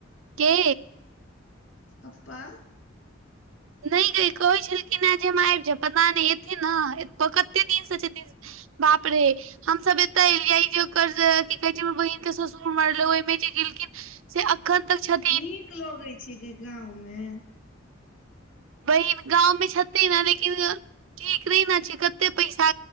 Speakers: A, on the right (about 80°); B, on the left (about 70°).
A: के
B: पप्पा!
A: नहि गे कहै छलखिन ह जे हम आबि जेबें पता नहि एथिन ने कते दिनसँ छथिन बाप रे! हमसभ एताे एलियै जे ओकर कि कहै छै बहिन के ससुर मरले ओहिमे जे गेलखिन से खन तक छत
B: नीक लगै छै गे गाँंव मे।
A: बहिन गाँव मे छथिन ने लेकिन ठीक नहि ने छै कते पैसा